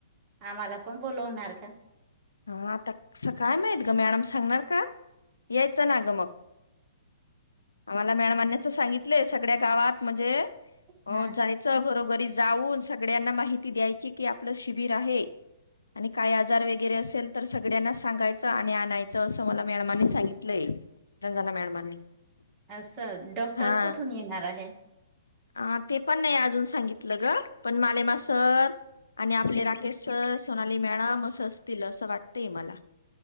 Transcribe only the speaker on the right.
आम्हाला पण बोलवणार का.
हा
असल डॉक्टर
कुठून येणार आहे?